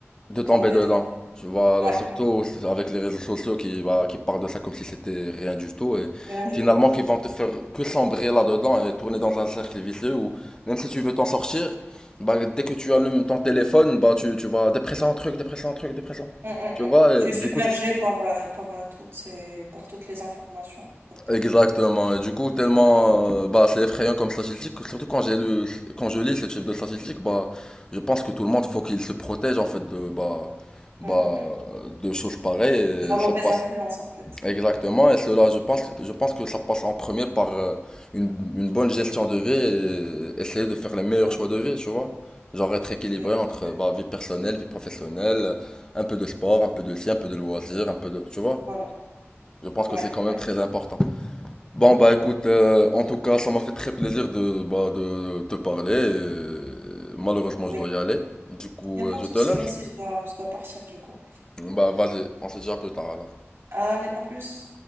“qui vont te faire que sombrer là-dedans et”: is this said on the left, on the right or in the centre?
Left